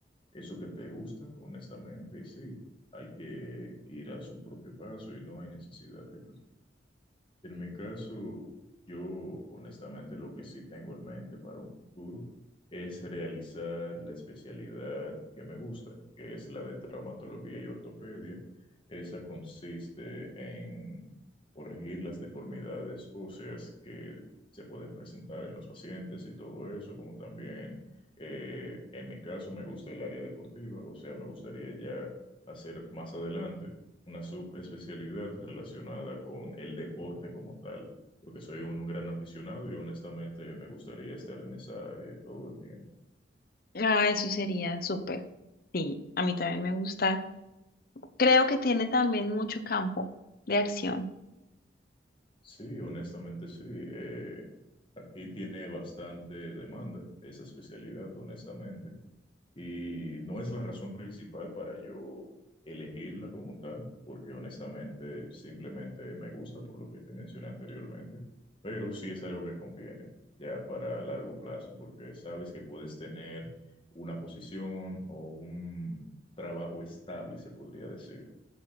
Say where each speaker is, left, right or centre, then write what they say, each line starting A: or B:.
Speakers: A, on the left (about 30°); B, on the left (about 50°).
A: eso que te gusta, honestamente, y sí, hay que ir a su propio paso y no hay necesidad de En mi caso, yo honestamente lo que sí tengo en mente para un futuro es realizar la especialidad que me gusta, que es la de traumatología y ortopedia. Esa consiste en corregir las deformidades óseas que se pueden presentar en los pacientes y todo eso, como también eh, en mi caso me gusta el área deportiva, o sea, me gustaría ya hacer más adelante una subespecialidad relacionada con el deporte como tal, porque soy un gran aficionado y honestamente me gustaría estar en esa área todo el tiempo.
B: Ah, eso sería súper. Sí, A mí también me gusta. Creo que tiene también mucho campo de acción.
A: Sí, honestamente sí. eh, aquí tiene bastante demanda esa especialidad, honestamente. Y no es la razón principal para yo elegirla como tal, porque honestamente simplemente me gusta por lo que te mencioné anteriormente, pero sí es algo que conviene ya para largo plazo, porque sabes que puedes tener una posición o un trabajo estable, se podría decir.